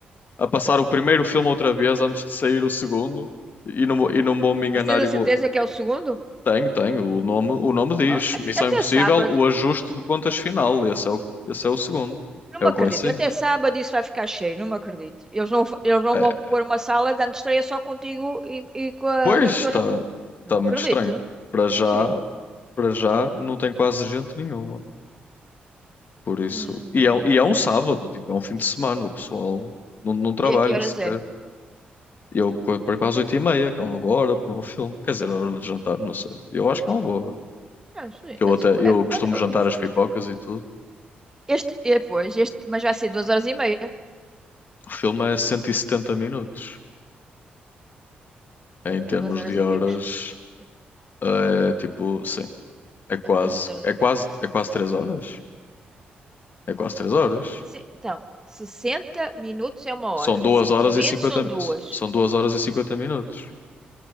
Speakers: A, on the left; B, on the right.
A: a passar o primeiro filme outra vez antes de sair o segundo? E não, vou- e não vou me enganar
B: Mas tens a
A: e
B: certeza
A: vou.
B: que é o segundo?
A: Tenho, tenho, o nome, o nome diz.
B: Ah, at-
A: Missão
B: Até
A: Impossível,
B: sábado.
A: o ajuste de contas final. Esse é o, esse é o segundo.
B: Não
A: É
B: me
A: o
B: acredito.
A: que vai sair.
B: Até sábado isso vai ficar cheio. Não me acredito. Eles não, fa- eles não
A: É,
B: vão pôr uma sala de antestreia só contigo e, e com a
A: pois
B: na
A: está
B: tua. nam-
A: está
B: Não me
A: muito
B: acredito.
A: estranho. Para já,
B: Sim.
A: para já não tem quase gente nenhuma. Por isso.
B: Hum.
A: E é, um- e é um sábado, tipo, é um fim de semana, o pessoal não, não trabalha
B: E a que horas
A: sequer.
B: é?
A: Eu co- por aí para as oito e meia, que é uma boa hora para um filme. Quer dizer, a hora de jantar, não sei. Eu acho que é uma boa hora.
B: Ah, sim.
A: Que eu
B: Eu
A: até,
B: disse,
A: eu
B: é, quando-
A: costumo
B: é
A: jantar
B: o-
A: as pipocas e tudo.
B: Este, é, pois, este, mas vai ser duas horas e meia.
A: O filme é 170 minutos. Em
B: Ah,
A: termos
B: É duas horas
A: de
B: e
A: horas,
B: picos. Sim,
A: é tipo, sim, é quase,
B: sim, duas horas
A: é
B: e pico.
A: quase, é quase três horas. É quase três horas.
B: Sim, então, 60 minutos é uma hora.
A: São duas
B: 120
A: horas e 50
B: são
A: mi-
B: duas.
A: são duas horas e 50 minutos.